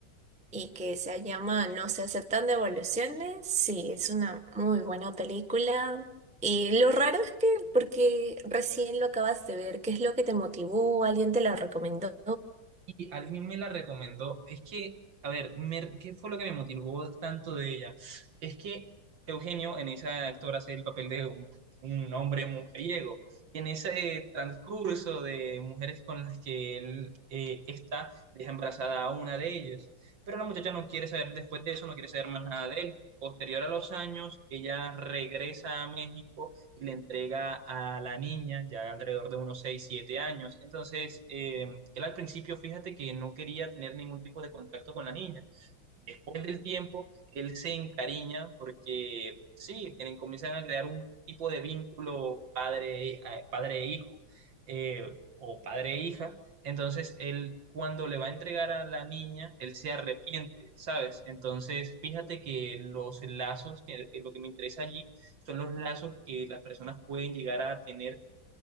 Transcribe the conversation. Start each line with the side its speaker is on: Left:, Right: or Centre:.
Centre: y que se llama No se aceptan devoluciones. Sí, es una muy buena película. Y lo raro es que, porque recién lo acabas de ver, ¿qué es lo que te motivó? ¿Alguien te la recomendó?
Right: Y alguien me la recomendó. Es que, a ver, me- ¿qué fue lo que me motivó tanto de ella? Es que Eugenio en esa actora hace el papel de un, un hombre mujeriego. Y en ese transcurso de mujeres con las que él eh, está, deja embarazada a una de ellas. Pero la muchacha no quiere saber, después de eso, no quiere saber más nada de él. Posterior a los años, ella regresa a México y le entrega a la niña, ya alrededor de unos 6 7 años. Entonces, eh, él al principio, fíjate que no quería tener ningún tipo de contacto con la niña después del tiempo, él se encariña porque sí, tienen, comienzan a crear un tipo de vínculo padre, eh, padre e hijo eh, o padre e hija. Entonces, él cuando le va a entregar a la niña, él se arrepiente, ¿sabes? Entonces, fíjate que los lazos, que, que lo que me interesa allí, son los lazos que las personas pueden llegar a tener